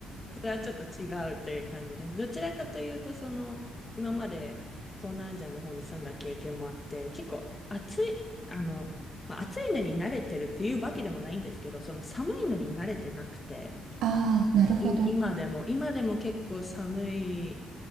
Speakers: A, on the left; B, on the right.
A: それはちょっと違うという感じです。どちらかというと、その、今まで東南アジアの方に住んだ経験もあって、結構暑い、あの、まあ、暑いのに慣れてるというわけでもないんですけど、その寒いのに慣れてなくて、
B: あ、なるほど。
A: い、今でも、今でも結構寒い